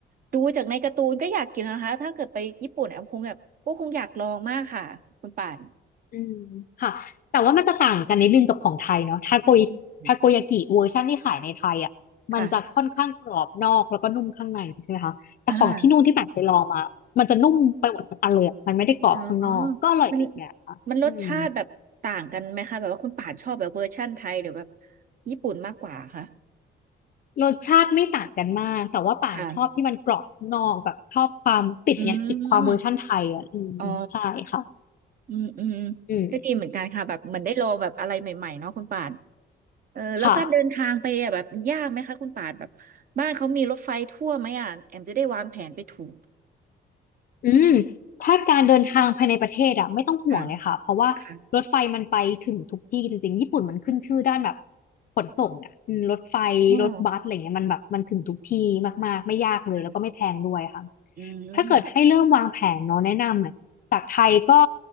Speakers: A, on the right; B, on the left.
A: ดูจากในการ์ตูนก็อยากกินนะคะถ้าเกิดไปญี่ปุ่นแอมคงแบบก็คงอยากลองมากค่ะคุณป่าน
B: อืมค่ะแต่ว่ามันจะต่างกันนิดนึงกับของไทยเนาะทาโกยทาโกยากิเวอร์ชันที่ขายในไทยอ่ะมันจะค่อนข้างกรอบนอกแล้วก็นุ่มข้างในใช่ไหมคะแต่ของที่นู่นที่แบบไปลองมามันจะนุ่มไปหมดทั้งอันเลยอะมันไม่ได้กรอบข้างนอกก็อร่อยไปอีกแบบค่ะอืม
A: อืมค่ะอ่าอ๋อมันมันรสชาติแบบต่างกันไหมคะแบบว่าคุณป่านชอบแบบเวอร์ชั่นไทยหรือแบบญี่ปุ่นมากกว่าคะ
B: รสชาติไม่ต่างกันมากแต่ว่าป่านชอบที่มันกรอบข้างนอกแบบชอบความติดเนี่ยติดความเวอร์ชันไทยอ่ะอืมใช่ค่ะ
A: ค่ะอืมอ๋ออืมอืม
B: อืม
A: ก็ดีเหมือนกันค่ะแบบเหมือนได้ลองแบบอะไรใหม่ๆเนาะคุณป่าน เออแล้วการเดินทางไปอ่ะแบบมันยากไหมคะคุณป่านแบบบ้านเขามีรถไฟทั่วไหมอ่ะแอมจะได้วางแผนไปถูก
B: ค่ะ อืมถ้าการเดินทางภายในประเทศอะไม่ต้องห่วงเลยค่ะเพราะว่ารถไฟมันไปถึงทุกที่จริงๆญี่ปุ่นมันขึ้นชื่อด้านแบบ
A: ค่ะค่ะ
B: ขนส่งอะอืมรถไฟรถบัสอะไรเงี้ยมันแบบมันถึงทุกที่มากๆไม่ยากเลยแล้วก็ไม่แพงด้วยค่ะ
A: อ๋อค่ะอืม
B: ถ้าเกิดให้เริ่มวางแผนเนาะแนะนำเนี่ยจากไทยก็